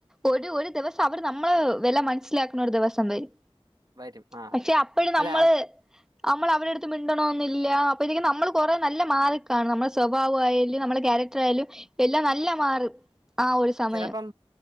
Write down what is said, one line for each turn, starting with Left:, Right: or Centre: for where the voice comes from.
Centre: ഒരു ഒരു ദിവസം അവര് നമ്മളെ വില മന ലാക്കുന്ന ഒരു ദിവസം വരും
Right: വരും ആ
Centre: പക്ഷെ അപ്പഴും
Right: അല്ല
Centre: നമ്മള്
Right: അത്
Centre: നമ്മൾ അവരുടെടുത്ത് മിണ്ടണ എന്നില്ല അപ്പൊ ഇതൊ നമ്മൾ കുറേ നല്ല മാർക്കാണ് നമ്മെ സ്വഭാവ ആയാലും നമ്മള ത്രാലും എല്ലാം നല്ല മാറും ആ ഒരു സമയം
Right: ചെലപ്പം